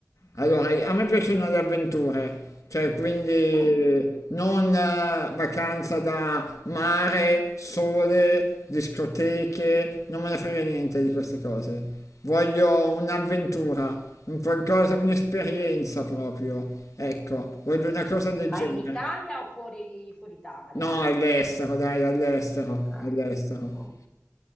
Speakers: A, on the left; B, on the left.
A: Allora, a me piacciono le avventure, cioè quindi
B: Mm,
A: non eh, vacanza da mare, sole, discoteche, non me ne frega niente di queste cose. Voglio un'avventura, un qualcosa, un'esperienza proprio. Ecco, voglio una cosa del
B: Ma
A: genere.
B: in Italia o fuori, fuori Italia?
A: No, all'estero, dai, all'estero,
B: Ah,
A: all'estero.
B: ok.